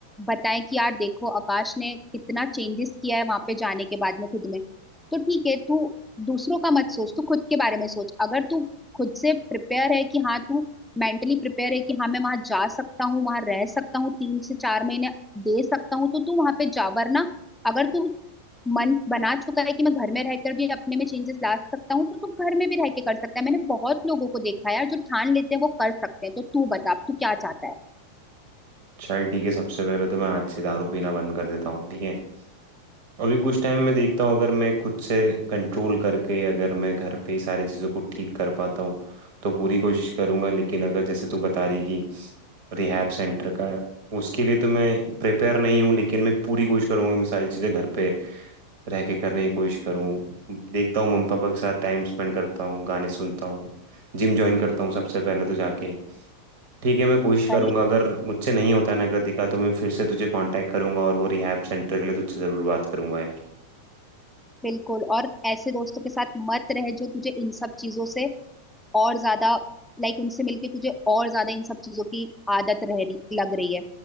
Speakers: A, in the centre; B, on the right.
A: बताएं कि यार देखो आकाश ने कितना चेंजेस किया है वहां पे जाने के बाद में खुद में तो ठीक है तू दूसरों का मत सोच तू खुद के बारे में सोच अगर तू खुद से प्रिपेयर है कि हाँ तू मेंटली प्रिपेयर है कि हाँ मैं वहां जा सकता हूँ वहां रह सकता हूँ तीन से चार महीने दे सकता हूँ तो तू वहां पे जा वरना अगर तू मन बना चुका है कि मैं घर में रहकर भी अपने में चेंजेस ला सकता हूँ तो तू घर में भी रह के कर सकता है मैंने बहुत लोगों को देखा है यार जो ठान लेते हैं वो कर सकते हैं तो तू बता अब तू क्या चाहता है
B: चल ठीक है सबसे पहले तो मैं आज से दारू पीना बंद कर देता हूँ ठीक है अभी कुछ टाइम में देखता हूँ अगर मैं खुद से कंट्रोल करके अगर मैं घर पे ही सारी चीज़ों को ठीक कर पाता हूँ तो पूरी कोशिश करूँगा लेकिन अगर जैसे तू बता रही कि रिहैब सेंटर का उसके लिए तो मैं प्रिपेयर नहीं हूँ लेकिन मैं पूरी कोशिश करूँगा मैं सारी चीज़ें घर पे रह के करने की कोशिश करूँ देखता हूँ मम्मी पापा के साथ टाइम स्पेंड करता हूँ गाने सुनता हूँ जिम ज्वाइन करता हूँ सबसे पहले तो जाके ठीक है मैं कोशिश करूंगा
A: भाई
B: अगर मुझसे नहीं होता ना कृतिका तो मैं फिर से तुझे कांटेक्ट करूंगा और वो रिहैब सेंटर के लिए तुझसे ज़रूर बात करूंगा यार
A: बिल्कुल और ऐसे दोस्तों के साथ मत रह जो तुझे इन सब चीजों से और ज्यादा लाइक उनसे मिलके तुझे और ज्यादा इन सब चीजों की आदत रह रही लग रही है